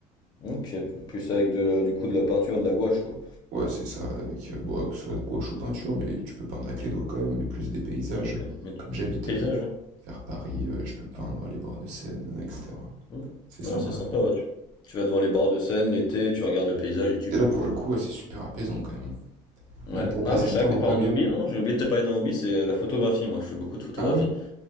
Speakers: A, on the left (about 30°); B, on the right (about 70°).
A: Ok, plus avec de, du coup de la peinture, de la gouache, quoi.
B: Ouais, c'est ça, avec, euh, bon, que ce soit gouache ou peinture, mais tu peux peindre avec les doigts quand même, mais plus des paysages.
A: Ok, mais tu-
B: Comme j'habite
A: paysage,
B: euh,
A: ouais.
B: vers Paris, euh, je peux peindre les bords de Seine, euh, etc.
A: Hmm.
B: C'est
A: Ouais,
B: sympa
A: c'est sympa,
B: à faire.
A: ouais. Tu... tu vas devant les bords de Seine l'été, tu regardes le paysage et tu
B: Et
A: peins,
B: là,
A: quoi.
B: pour le coup, ouais, c'est super apaisant quand même.
A: Ouais.
B: Donc pour
A: Ah,
B: passer
A: moi, c'est
B: le temps,
A: vrai qu'en
B: il n'y
A: parlant
B: a pas mieux.
A: de hobby, non, j'ai oublié de te parler d'un hobby, c'est la photographie. Moi, je fais beaucoup de photographie.
B: Ah ouais?